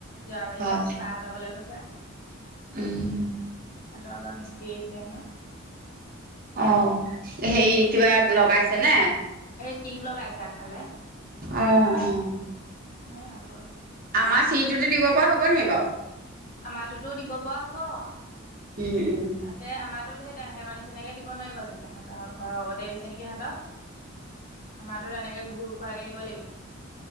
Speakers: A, on the left; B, on the right.
A: যোৰাবাৰিলে
B: হয়।
A: বাহঁতৰ ঘৰলে গৈছে।
B: উম,
A: সিহঁতৰ এবাৰ মিস্তি আহিছে হেনো।
B: অ', হেৰি কিবা লগাইছে নে?
A: এই টিং লগাইছে আগফালে
B: অ' অ',
A: এই গ'ল
B: আমাৰ চিৰিটোতো দিব পোৱা হ'ব নেকি বাৰু?
A: আমাৰোতটো দিব পৰা হ'ব।
B: উম, উম,
A: তাকে আমাৰটোত সেই তেহেঁতৰ নিচিনাকে দিব নোৱাৰিব চাগে, সিহঁতৰ ঘৰৰ গতে দিছে নেকি সিহঁতৰ। আমাৰটোত এনেকে ঘূৰ খুৱাকে দিব লাগিব।